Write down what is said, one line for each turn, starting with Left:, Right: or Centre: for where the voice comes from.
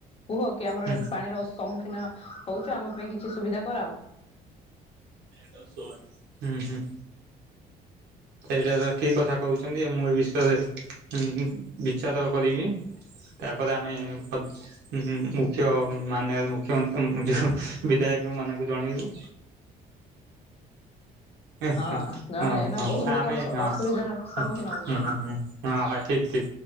Left: କୁହ କି ଆମର
Right: ହୁଁ
Left: ପାଣିର ସମ୍ମୁଖୀନ ଖିନ ହଉଛି ଆମ ପାଇଁ କିଛି ସୁବିଧା କରାଅ।
Right: ହୁଁ ହୁଁ। ସେଇଟା ତ ଠିକ କଥା କହୁଛନ୍ତି ମୁଁ ଏ ବିଷୟରେ ହୁଁ ହୁଁ ବିଚାର କରିବି। ତାପରେ ଆମେ ହୁଁଁ ହୁଁ ମୁଖ୍ୟ ମାନେ ମୁଖ୍ୟ ମନ୍ତ୍ରୀ ଯୋଉ ବିଧାୟକ ମାନଙ୍କୁ ଜଣେଇବୁ। ହେଁ
Left: ହଁ
Right: ହେଁ
Left: ଜଣେ
Right: ହଁ
Left: ନା
Right: ହଁ
Left: ବହୁ ଲୋକ
Right: ଆମେ ହଁ
Left: ଅସୁବିଧାର ସମ୍ମୁଖୀନ
Right: ହଁ
Left: ହଉଛନ୍ତି।
Right: ହଁ। ହଁ ହଁ ଠିକ ଠିକ